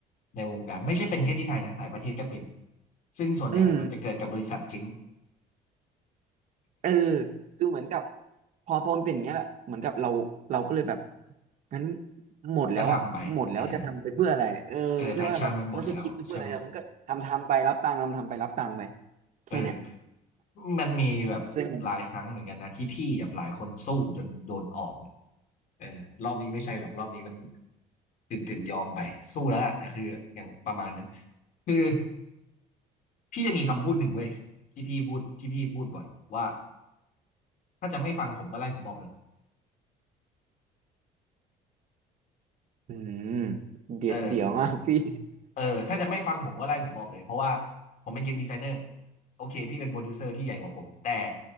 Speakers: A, on the left; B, on the right.
A: ในวงการไม่ใช่เป็นแค่ที่ไทยนะ หลายประเทศก็เป็น ซึ่งส่วนใหญ่มันจะเกิดกับบริษัทจริง
B: อืมเออคือเหมือนกับพอพอมันเป็นอย่างเงี้ยแหละเหมือนกับเราเราก็เลยแบบงั้นหมดแล้วอะหมดแล้วจะทำไปเพื่ออะไรเออใช่ว่าแบบเราจะคิดไปเพื่ออะไรมันก็ทำทำไปรับตังค์ทำทำไปรับตังค์ไป
A: ก็ทำไปเออเออแพชชั่นมันหมดแล้วใช่ไหม
B: แค่เนี้ย
A: เออมันมีแบบหลายครั้งเหมือนกันนะที่พี่กับหลายคนสู้จนโดนออก
B: ซึ่ง
A: เออรอบนี้ไม่ใช่หรอกรอบนี้มันถึงถึงยอมไปสู้แล้วล่ะนะคืออย่างประมาณนั้นคือพี่จะมีคำพูดหนึ่งเว้ยที่พี่พูดที่พี่พูดบ่อยว่าถ้าจะไม่ฟังผมก็ไล่ผมบอกเลย
B: อืมเด็ดเดี่ยวมากพี่
A: เออเออถ้าจะไม่ฟังผมก็ไล่ผมบอกเลยเพราะว่าผมเป็นเกมดีไซเนอร์โอเคพี่เป็นโปรดิวเซอร์พี่ใหญ่กว่าผมแต่